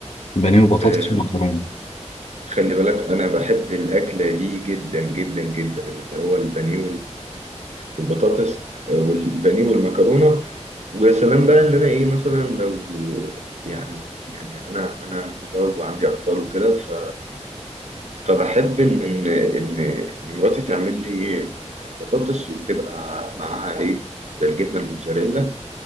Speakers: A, on the left; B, on the right.
A: بانيه وبطاطس
B: آه،
A: ومكرونة
B: خلي بالك أنا بحب الأكلة دي جدا جدا جدا اللي هو البانيه والبطاطس آه، والبانيه والمكرونه ويا سلام بقى ان انا ايه مثلا لو يعني يعني انا انا متزوج وعندي اطفال وكده ف فبحب ان ان ان إن مراتي تعمل لي ايه بطاطس وتبقى معاها ايه زي الجبنه الموتزاريلا